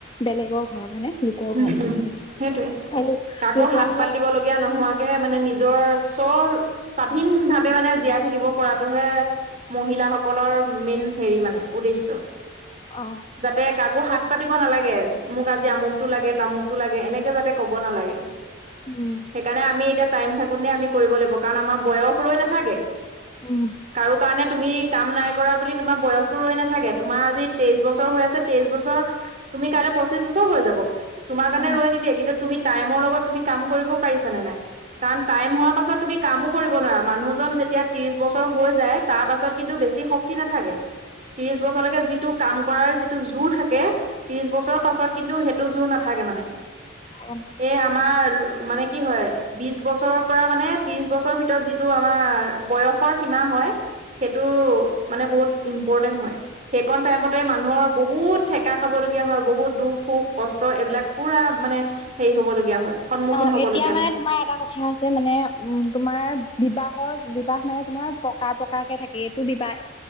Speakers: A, on the left; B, on the right.
A: বেলেগৰ ঘৰত। হয়নে? লোকৰ
B: উম,
A: ঘৰত
B: উম সেইটোয়ে।
A: হেল্ল
B: কাকো
A: লোকৰ
B: হাত
A: ঘৰত
B: পাতিব লগ গীয়া নোহোৱাকে মানে নিজৰ চৰ স্বাধীন ভাৱে মানে জীয়াই থাকিব পৰাটোহে মহিলাসকলৰ মেইন হেৰি মানে উদ্দেশ্য।
A: অ'।
B: যাতে কাকো হাত পাতিব নালাগে, মোক আজি আমুক টো লাগে তামুকটো লাগে এনেকে যাতে ক'ব নালাগে।
A: উম।
B: সেইকাৰণে আমি এতিয়া টাইম থাকোতে আমি কৰিব লাগিব। কাৰণ আমাৰ বয়স ৰৈ নাথাকে।
A: উম।
B: কাৰো কাৰণে তুমি কাম নাই কৰা বুলি তোমাৰ বয়সতো ৰৈ নাথাকে। তোমাৰ আজি তেইশ বছৰ হৈ আছে তেইশ বছৰ। তুমি কাইলৈ পঁচিশ বছৰ হৈ যাব। তোমাৰ কাৰণে
A: উম
B: ৰৈ নিদিয়ে। কিন্তু তুমি টাইমৰ লগত তুমি কাম কৰিব পাৰিছা নে নাই কাৰণ টাইম হোৱাৰ পাছত তুমি কামো কৰিব নোৱাৰে। মানুহজনৰ যেতিয়া ত্ৰিশ বছৰ হৈ যায় তাৰ পাছত কিন্তু বেছি শক্তি নাথাকে। ত্ৰিশ বছৰলৈকে যিটো কাম কৰাৰ যিটো জোৰ থাকে ত্ৰিশ বছৰৰ পাছত কিন্তু সেই। জোৰ নাথাকে মানে
A: উম
B: এই। আমাৰ মানে কি হয়। বিশ বছৰৰ পৰা মানে ত্ৰিশ বছৰৰ ভিতৰত যি। টো আমাৰ বয়সৰ সীমা হয় সেইটো মানে বহুত ইম্পৰ্টেন্ট হয়। সেইকণ টাইমতে মানুহৰ বহুত ঠেকা খাবলগীয়া হয় বহুত দুখ -সুখ। কষ্ট এইবিলাক পুৰা মানে হেৰি হ'বলগীয়া হয়। সন্মুখীন
A: অহ,
B: হবলগীয়া
A: এতিয়া মানে
B: হয়
A: তোমাৰ এটা কথা। কথা আছে মানে তোমাৰ বিবাহৰ বিবাহ মানে তোমাৰ প্ৰকাৰ প্ৰকাৰকে থাকে এইটো বিবাহ।